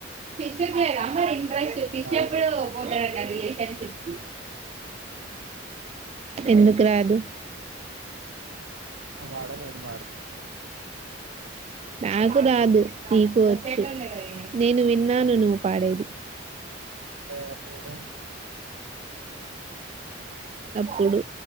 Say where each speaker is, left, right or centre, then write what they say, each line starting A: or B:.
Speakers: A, on the right; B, on the right.
A: ఫిష్ లేద, మరి ఇంట్రెస్ట్
B: నాకు
A: ఫిష్
B: రాదు
A: ఎప్పుడు పోతారంట, రిలేషన్షిప్ కి. ఎందుకు రాదు.
B: నువ్వు పాడు నేన్ పాడతా.
A: నాకు రాదు, నీకు వొచ్చు, నేను విన్న. నాను నువ్వు పాడేది.
B: అ ఎపుడు.
A: అప్పుడు,